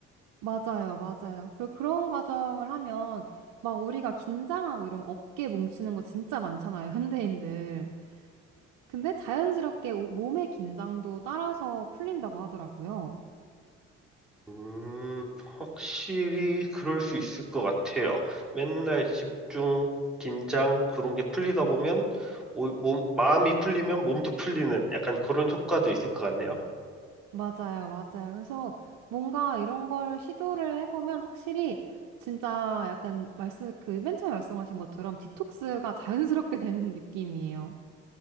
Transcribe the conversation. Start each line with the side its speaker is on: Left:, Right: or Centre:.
Right: 맞아요, 맞아요. 그리고 그런 과정을 하면 막 우리가 긴장하고 이러면 어깨 뭉치는 거 진짜 많잖아요, <laughs> 현대인들. 근데 자연스럽게 오- 몸의 긴장도 따라서 풀린다고 하더라고요.
Centre: 음, 확실히 그럴 수 있을 것 같아요. 맨날 집중, 긴장 그런 게 풀리다 보면 오- 몸, 마음이 풀리면 몸도 풀리는 약간 그런 효과도 있을 것 같네요.
Right: 맞아요, 맞아요. 그래서 뭔가 이런 걸 시도를 해보면 확실히 진짜 약간 말씀, 그 맨 처음에 말씀하신 것처럼 디톡스가 자연스럽게 <laughs> 되는 느낌이에요.